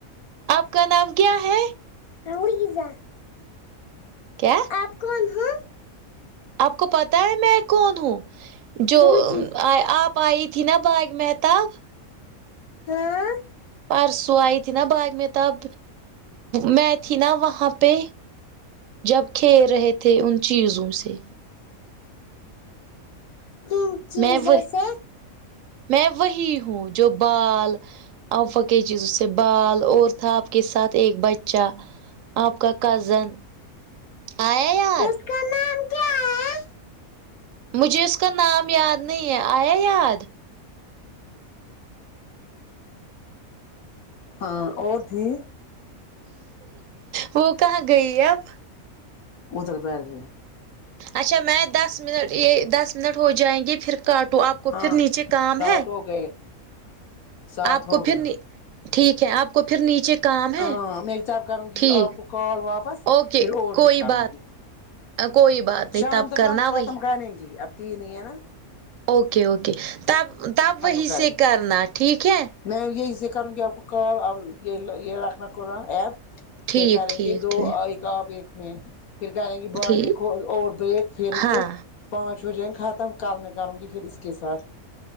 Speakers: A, on the right; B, on the left.
A: آپ کا نام کیا ہے
B: <unintelligible>
A: کیا
B: آپ کون ہو
A: آپ کو پتا ہے میں کون ہوں جو
B: بوجی
A: ا آپ آئی تھی نا بغ مہتاب
B: ہاں
A: پرسوں ائی تھی نا باغ مہتاب میں تھی نا وہاں پے جب کھیل رہے تھے ان چیزوں سے
B: <unintelligible>
A: میں وہ
B: سے
A: میں وہی ہوں جو بال افا کی چیزوں سے بال اور تھاپ کے ساتھ ایک بچہ آپ کا کزن آیا یاد
B: اس کا نام کیا ہے
A: مجھے اس کا نام یاد نہیں ہے آیا یاد
B: ہاں اور تھی
A: وہ کہاں گئی اب
B: ادھر بیٹھ گئے
A: اچھا میں دس منٹ یہ دس منٹ ہو جائیں گے پھر کاٹو آپ کو
B: ہاں
A: پھر نیچے کام
B: سات
A: ہے
B: ہو گئے سات
A: آپ
B: ہو
A: کو پھر
B: گئے
A: نی ٹھیک ہے آپ کو پھر نیچے کام ہے
B: ہاں میں جب کروں گی
A: ٹھیک
B: آپ کو کال واپس
A: اوکے
B: پھر ااور
A: کوئی
B: میں کروں
A: بات
B: گی
A: کوئی بات نہیں
B: شام
A: تب
B: تک
A: کرنا
B: ہم ختم
A: وہی
B: کریں گی اب تین ہی ہے نہ
A: اوکے اوکے تب تب وہیں
B: کریں
A: سے
B: گے
A: کرنا ٹھیک ہے
B: میں یہی سے کروں کہ آپ کو کال آپ یہ یہ رکھنا کھلا ایپ
A: ٹھیک
B: پھر کرریں
A: ٹھیک
B: گے دو
A: ٹھیک
B: ایک آپ ایک میں پھر کریں گے بعد
A: ٹھیک
B: میں اور بریک پھر
A: ہاں
B: تو پانچ و جائیں ختم کل میں کروں گی پھر اس کے ساتھ